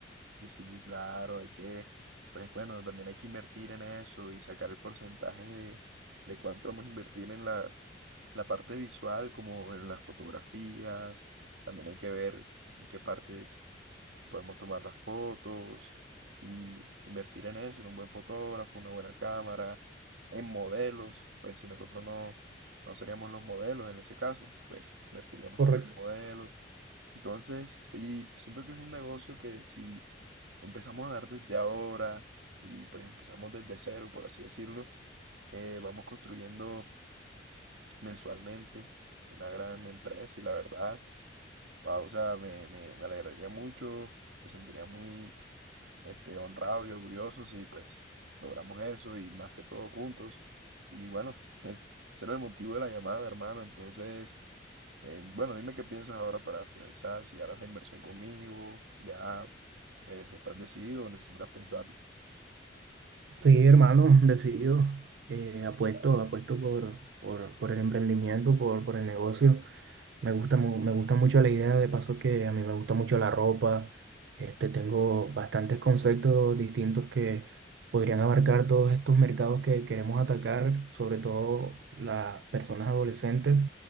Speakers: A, on the right (about 80°); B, on the right (about 65°).
A: Y Sí, claro, hay que, pues bueno, también hay que invertir en eso y sacar el porcentaje de, de cuánto vamos a invertir en la, la parte visual, como en las fotografías. También hay que ver en qué partes podemos tomar las fotos y invertir en eso, en un buen fotógrafo, una buena cámara, en modelos. Pues si nosotros no, no seríamos los modelos en ese caso, pues invertiríamos
B: Correcto.
A: también en modelos entonces, sí, siento que es un negocio que si empezamos a dar desde ahora y pues empezamos desde cero, por así decirlo, eh, vamos construyendo mensualmente una gran empresa y la verdad, wao, o sea, me, me, me alegraría mucho, me sentiría muy este, honrado y orgulloso si pues logramos eso y más que todo juntos. Y bueno, <laughs> ese era el motivo de la llamada, hermano, entonces... Eh, bueno, dime qué piensas ahora para finalizar, si harás la inversión conmigo, ya pues estás decidido o necesitas pensarlo.
B: Sí, hermano, decidido. Eh, apuesto,
A: Vale,
B: apuesto por, por, por el emprendimiento, por, por el negocio. Me gusta, mu- me gusta mucho la idea, de paso que a mí me gusta mucho la ropa. Este, tengo bastantes conceptos distintos que podrían abarcar todos estos mercados que queremos atacar, sobre todo las personas adolescentes.